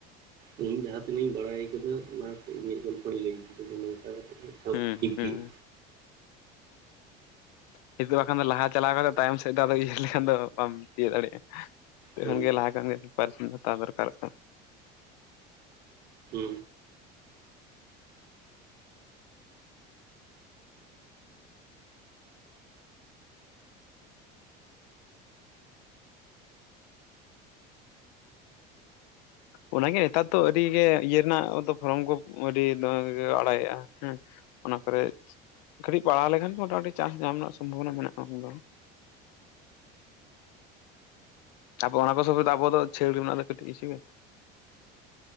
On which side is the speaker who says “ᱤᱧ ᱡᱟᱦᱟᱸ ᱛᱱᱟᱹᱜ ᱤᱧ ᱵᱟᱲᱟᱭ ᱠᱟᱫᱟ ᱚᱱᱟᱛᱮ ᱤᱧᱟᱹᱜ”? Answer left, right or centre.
Right